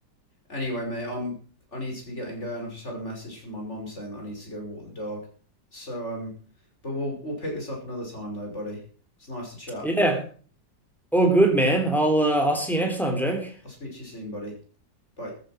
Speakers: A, on the left; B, in the centre.
A: Anyway, mate, I'm I need to be getting going. I've just had a message from my mum saying that I need to go walk the dog. So um, but we'll we'll pick this up another time though, buddy. It's nice to chat.
B: Yeah. All good, man. I'll uh, I'll see you next time, Jake.
A: I'll speak to you soon, buddy. Bye.